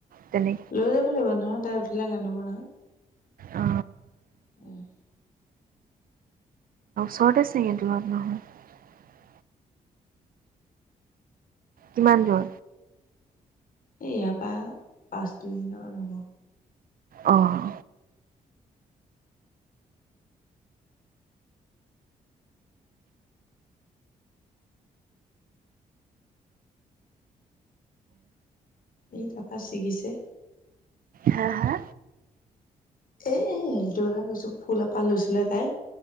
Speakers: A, on the right; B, on the left.
A: তেনে
B: লৈ যাব লাগিব নহয় তাই উঠিলে কাদিব নহয়
A: অ
B: আহম
A: চৰতে চঙে দু আ নহ <unintelligible> কিমান দূৰ
B: স ইয়াৰ পৰা পাঁচ দু মট মান হব
A: আহ
B: এই তাৰপা ছিগিছে
A: হা হা
B: এ সেইটো কথা কৈছো ফুল এপাহ লৈছিলে তাই